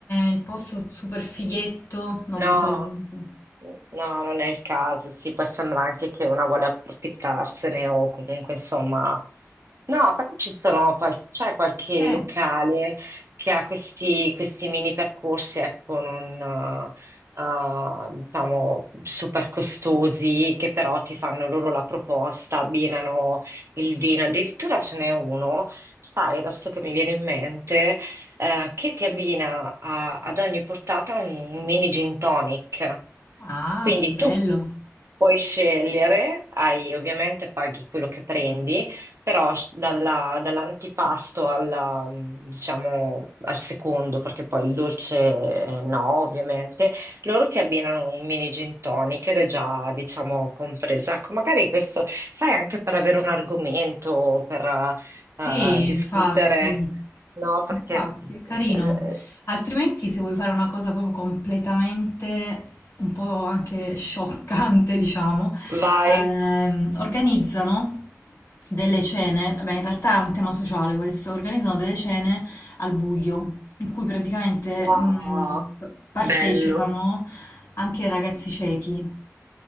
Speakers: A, on the left; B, on the right.
A: il posto super fighetto, non
B: No,
A: lo so. comunque.
B: no, non è il caso. Sì, può sembrare anche che una vuole approfittarsene o comunque insomma. No, però ci sono qual- c'è qualche
A: Cioè,
B: locale che ha questi, questi mini percorsi, ecco, non eh, eh, diciamo super costosi, che però ti fanno loro la proposta, abbinano il vino. Addirittura ce n'è uno, sai, adesso che mi viene in mente, eh, che ti abbina a- ad ogni portata un mini gin tonic.
A: ah,
B: Quindi
A: che bello.
B: tu puoi scegliere, hai- ovviamente paghi quello che prendi, però s- dalla- dall'antipasto alla, mh, diciamo, al secondo, perché poi il dolce eh, no, ovviamente, loro ti abbinano un mini gin tonic ed è già, diciamo, compreso. Ecco, magari questo, sai, anche per avere un argomento, per eh,
A: Sì,
B: eh, discutere,
A: infatti,
B: no? Perché
A: infatti è carino.
B: mm, eh, eh,
A: Altrimenti, se vuoi fare una cosa proprio completamente un po' anche scioccante, <laughs> diciamo,
B: vai,
A: ehm, organizzano delle cene. Beh, in realtà è un tema sociale questo. Organizzano delle cene al buio, in cui praticamente
B: Wow,
A: mh, partecipano
B: bello.
A: anche ragazzi ciechi.